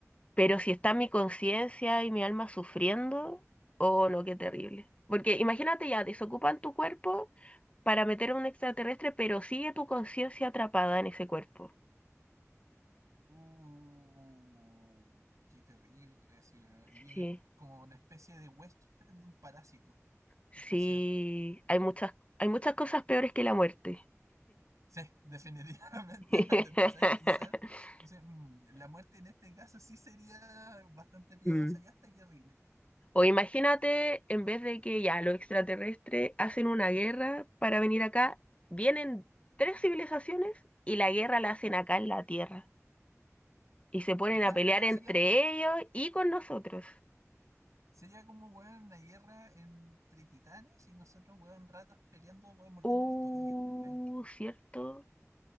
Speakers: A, on the left; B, on the right.
A: Pero si está mi conciencia y mi alma sufriendo, oh no, qué terrible. Porque imagínate ya, desocupan tu cuerpo para meter a un extraterrestre, pero sigue tu conciencia atrapada en ese cuerpo.
B: Uh, qué terrible. así, eh, eres
A: Sí,
B: como una especie de huésped de un parásito
A: sí,
B: espacial.
A: hay muchas, hay muchas cosas peores que la muerte.
B: Sí, definitivamente
A: <laughs>
B: <laughs> cuando empezáis a pensar, entonces, mm, la muerte en este caso sí sería bastante piadosa
A: Mm.
B: y hasta terrible.
A: O imagínate, en vez de que ya los extraterrestres hacen una guerra para venir acá, vienen tres civilizaciones y la guerra la hacen acá en la Tierra. y se ponen
B: También
A: a pelear
B: a cagar,
A: entre
B: seríamos,
A: ellos y con nosotros.
B: sería como, weón, una guerra entre titanes y nosotros, weón, ratas peleando, weón, mordiendo
A: Uh,
B: los tobillos, ¿cachai?
A: cierto.